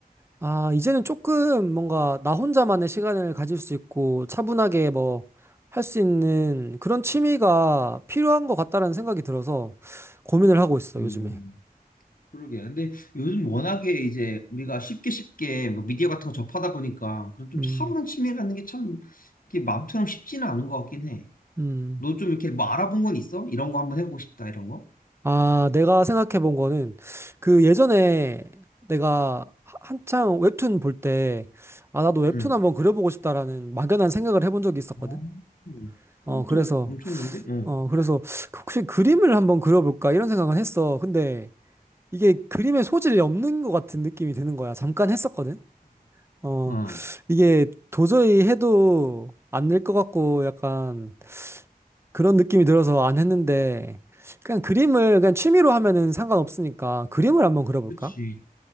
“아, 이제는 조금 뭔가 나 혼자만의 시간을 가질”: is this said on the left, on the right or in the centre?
Right